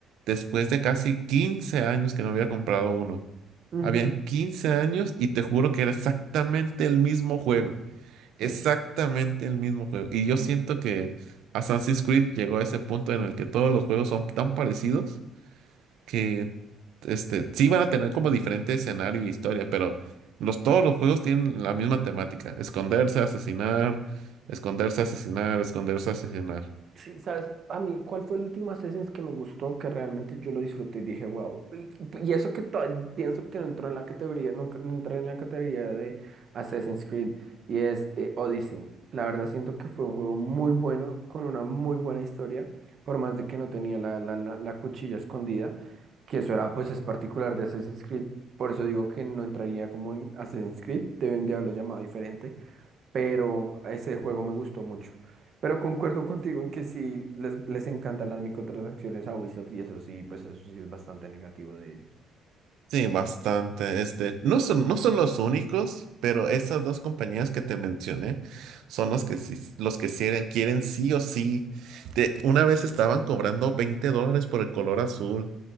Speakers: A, on the right; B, on the right.
A: después de casi 15 años que no había comprado uno.
B: ujú.
A: Habían 15 años y te juro que era exactamente el mismo juego. Exactamente
B: Sí.
A: el mismo juego. Y yo siento que Assassin's Creed llegó a ese punto en el que todos los juegos son tan parecidos que este, sí van a tener como diferente escenario y historia, pero los, todos los juegos tienen la misma temática. Esconderse, asesinar, esconderse, asesinar, esconderse, asesinar.
B: Sí, ¿sabes? A mí, ¿cuál fue el último Assassin's que me gustó, que realmente yo lo disfruté y dije, wow? Y, y eso que to- pienso que no entró en la categoría, nunca no entré en la categoría de Assassin's Creed, y es eh, Odyssey. La verdad siento que fue un juego muy bueno, con una muy buena historia, por más de que no tenía la, la, la- la cuchilla escondida, que eso era, pues es particular de Assassin's Creed, por eso digo que no entraría como en Assassin's Creed, deben de haberlo llamado diferente pero ese juego me gustó mucho. Pero concuerdo contigo en que sí les, les encantan las microtransacciones a Ubisoft y eso sí, pues eso sí es bastante negativo de ellos.
A: Sí, bastante. Este, no son, no son los únicos, pero esas dos compañías que te mencioné son los que sí- los que quieren, quieren sí o sí. De, una vez estaban cobrando 20 dólares por el color azul